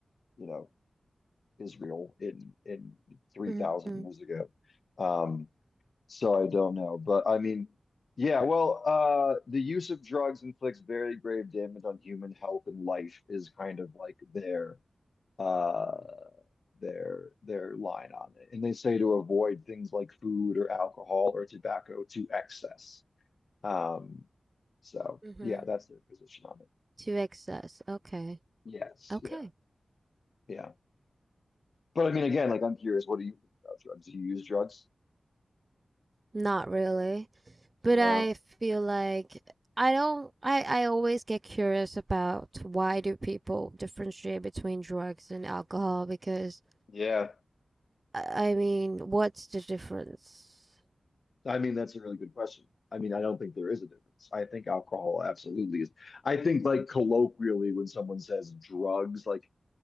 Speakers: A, on the left (about 75°); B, on the right (about 40°).
A: you know Israel in in three
B: Mm-hmm.
A: thousand years ago. Um, so I don't know, but I mean, yeah. Well, uh, the use of drugs inflicts very grave damage on human health and life is kind of like their uh their their line on it, and they say to avoid things like food or alcohol or tobacco to excess. Um, so
B: Mm-hmm.
A: yeah, that's their position on it.
B: To excess. Okay.
A: Yes,
B: Okay.
A: yeah, yeah. But I mean, again, like I'm curious, what do you think about drugs? Do you use drugs?
B: Not really, but
A: No.
B: I feel like I don't I I always get curious about why do people differentiate between drugs and alcohol because
A: Yeah.
B: I, I mean, what's the difference?
A: I mean, that's a really good question. I mean, I don't think there is a difference. I think alcohol absolutely is. I think like colloquially when someone says drugs, like